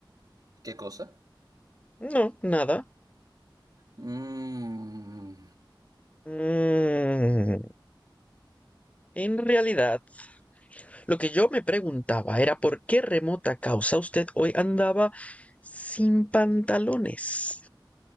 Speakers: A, on the right; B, on the left.
A: ¿Qué cosa?
B: No, nada.
A: Mm,
B: Mmm. En realidad, lo que yo me preguntaba era por qué remota causa usted hoy andaba sin pantalones.